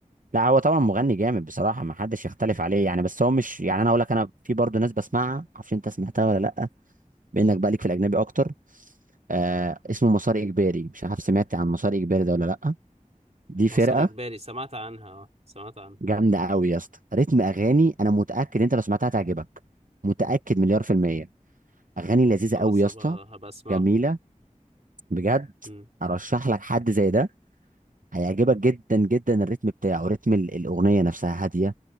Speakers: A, on the right; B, on the right.
A: لا هو طبعا مغني جامد بصراحه ما حدش يختلف عليه يعني بس هو مش يعني انا اقول لك انا في برضه ناس بسمعها معرفش انت سمعتها ولا لا بانك
B: مين
A: بقى ليك في الاجنبي اكتر آه اسمه مسار اجباري مش عارف سمعت عن مسار اجباري ده ولا لا دي
B: مسار
A: فرقه
B: إجباري سمعت عنها اه سمعت عنها
A: جامده قوي يا اسطى رتم اغاني انا متاكد انت لو سمعتها تعجبك متاكد مليار في المية اغاني لذيذه
B: خلاص
A: قوي يا اسطى
B: هبقى هبقى أسمعها
A: جميله بجد
B: مم،
A: ارشح لك حد زي ده هيعجبك جدا جدا الريتم بتاعه رتم ال- الاغنيه نفسها هاديه